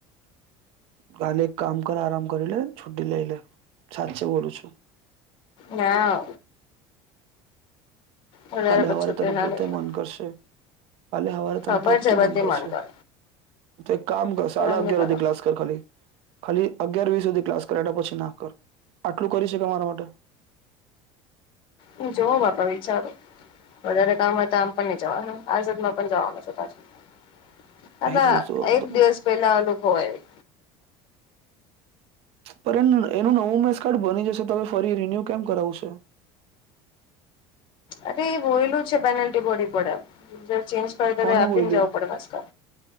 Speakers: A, on the right; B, on the left.
A: કાલે એક કામ કર આરામ કરી લ છુટી લઈલે. સાછે બોલું છું.
B: ના. વધારે
A: કાલે
B: પછી
A: હવારે
B: છુટી
A: તને
B: ના
A: પોતે
B: લેવાય
A: મન કરશે. કાલે હવારે
B: ખબર
A: તને પોહતું
B: છે બધી
A: મન કરશે
B: કરે
A: તો એક કામ કર
B: પણ
A: સાડા
B: એમ
A: અગિયાર
B: ની કરે
A: સુધી ક્લાસ કર ખાલી. ખાલી અગિયાર વી સુધી ક્લાસ કરે પછી ના કર આટલું કરી શકે મારા માટે <unintelligible>
B: હુ જોવ બાપા વિચારો વધારે કામ હતા આમ પણ નહી જવા આસદમાં પણ જવાનું છ હારા
A: એ જ બોલશો
B: એક દિવસ પહેલા અનુભવયગ
A: પર એનું નવું મેસ કાર્ડ બની જશે ત ફરી રિન્યુ કેમ કરાવું છે <unintelligible>
B: અરે એ હોયલું છે પેનલ્ટી ભડી પડે ચેન્જ કરી
A: કોને
B: દ આપીને
A: બોલ્યું
B: જવું પડે